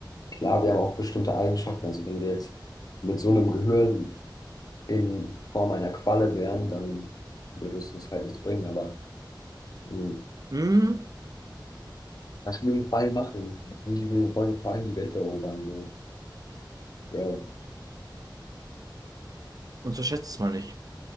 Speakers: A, on the left (about 50°); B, on the right (about 50°).
A: Klar, wir haben auch bestimmte Eigenschaften. Also wenn wir jetzt mit so einem Gehirn in Form einer Qualle wären, dann würde es uns halt nichts bringen. Aber mh,
B: mhm.
A: was will die Quallen machen? Die will- wollen vor die Welt erobern, so, Bro.
B: Und verschätzt es mal nicht.